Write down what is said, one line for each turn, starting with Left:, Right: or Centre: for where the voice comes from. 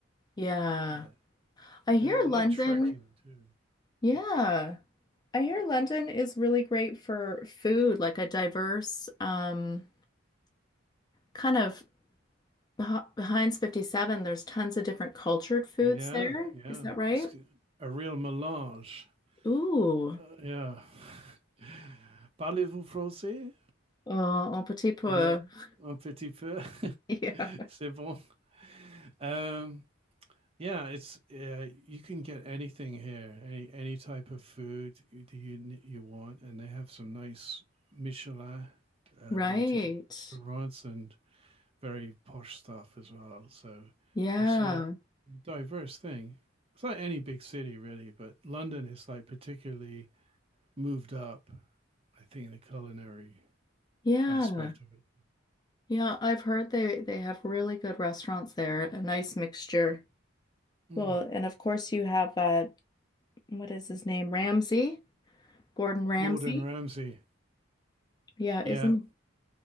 Left: Yeah.
Right: Uh,
Left: I hear
Right: uh, I
Left: London.
Right: like trekking too.
Left: Yeah. I hear London is really great for food, like a diverse um, kind of beh- behind 57. There's tons of different cultured foods
Right: Yeah,
Left: there.
Right: yeah.
Left: Is that right?
Right: It's g- a real melange.
Left: Ooh,
Right: Uh, yeah. <laughs> Parlez-vous français?
Left: oh, un petit peu.
Right: Non,
Left: <laughs>
Right: un petit peu. <laughs>
Left: Yeah.
Right: C'est bon. Um, Yeah, it's uh, you can get anything here, any any type of food you do you you want, and they have some nice Michelin uh,
Left: Right.
Right: rated restaurants and very posh stuff as well. So
Left: Yeah.
Right: it's a diverse thing. It's like any big city really, but London is like particularly moved up, I think, in the culinary
Left: Yeah.
Right: aspect of it.
Left: Yeah, I've heard they they have really good restaurants there. A nice mixture.
Right: Mm.
Left: Well, and of course you have uh what is his name? Ramsay? Gordon Ramsay.
Right: Gordon Ramsay,
Left: Yeah,
Right: yeah,
Left: isn't